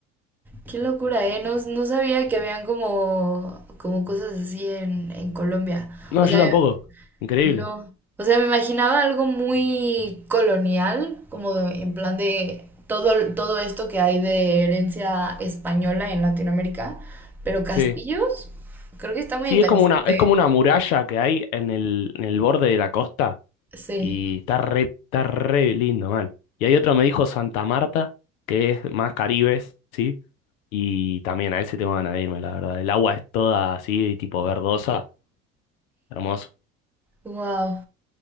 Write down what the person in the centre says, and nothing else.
Qué locura, ¿eh? No, no sabía que habían como, como cosas así en, en Colombia.
O sea,
No, o sea, me imaginaba algo muy colonial, como de- en plan de todo, todo esto que hay de herencia española en Latinoamérica, pero castillos,
creo que está muy
interesante,
¿eh?
Sí,
wow.